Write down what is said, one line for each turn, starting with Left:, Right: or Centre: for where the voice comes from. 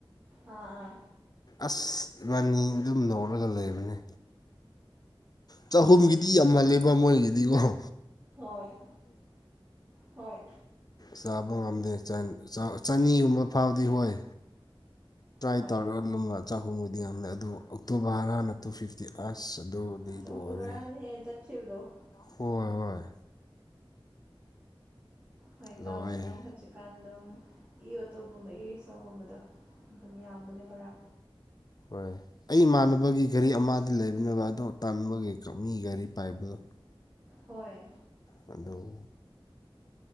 Right: ꯑꯥ ꯑꯥ
Left: ꯑꯁ ꯏꯕꯥꯅꯤ ꯑꯗꯨꯝ ꯅꯧꯔꯒ ꯂꯩꯕꯅꯦ ꯆꯍꯨꯝꯒꯤ ꯅꯨꯄꯤ ꯑꯃꯜꯂꯦꯕ ꯃꯣꯏꯒꯤꯗꯤꯀꯣꯍ
Right: ꯍꯣꯏ ꯍꯣꯏ
Left: ꯆꯥꯕ ꯉꯝꯗꯦ ꯆꯅꯤꯒꯨꯝꯕ ꯐꯥꯎꯗꯤ ꯍꯣꯏ ꯇ꯭ꯔꯥꯏ
Right: ꯍꯣꯏ
Left: ꯇꯧꯔꯒ ꯂꯨꯝꯅ ꯆꯥꯛꯍꯣꯡꯕꯨꯗꯤ ꯌꯥꯝ ꯂꯩꯦ ꯑꯗꯨ ꯑꯣꯛꯇꯣꯕꯔ ꯍꯔꯅꯛꯇꯨ ꯐꯤꯐ ꯗꯤ ꯑꯁ ꯑꯗꯨꯗꯤ
Right: ꯑꯁ ꯑꯣꯛꯇꯣ
Left: ꯂꯣꯏꯔꯦ
Right: ꯕꯔꯥꯗꯅ ꯍꯦꯟꯅ ꯆꯠꯈꯤꯕꯗꯣ
Left: ꯍꯣꯏ ꯍꯣꯏ
Right: ꯍꯣꯏ
Left: ꯂꯣꯏꯔꯦ
Right: ꯇꯧꯕꯅꯦ ꯍꯧꯖꯤꯛ ꯀꯥꯟ ꯑꯗꯨꯝ ꯏ ꯑꯣꯇꯣꯒꯨꯝꯕ ꯏ ꯔꯤꯛꯁꯣꯒꯨꯝꯕꯗꯣ ꯑꯗꯨꯝ ꯌꯥꯝꯕꯅꯦ ꯕꯔꯥ
Left: ꯍꯣꯏ ꯑꯩ ꯏꯃꯥꯟꯅꯕꯒꯤ ꯒꯥꯔꯤ ꯑꯃꯗꯤ ꯂꯩꯕꯅꯕ ꯑꯣ ꯇꯥꯟꯕꯒꯤ ꯃꯤ ꯒꯥꯔꯤ ꯄꯥꯏꯕꯗꯣ
Right: ꯍꯣꯏ
Left: ꯀꯗꯧ